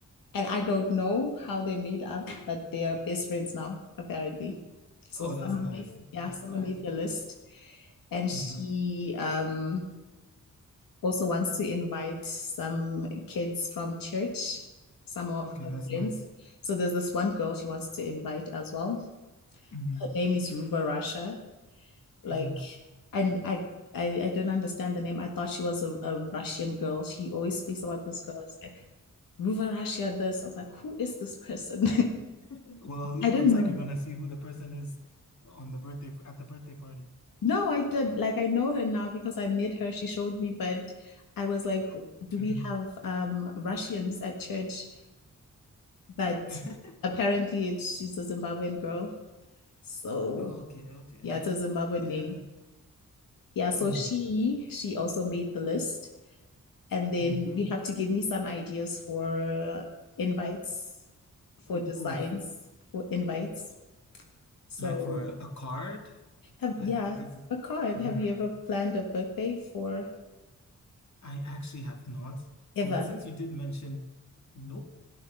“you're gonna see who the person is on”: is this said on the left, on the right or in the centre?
Left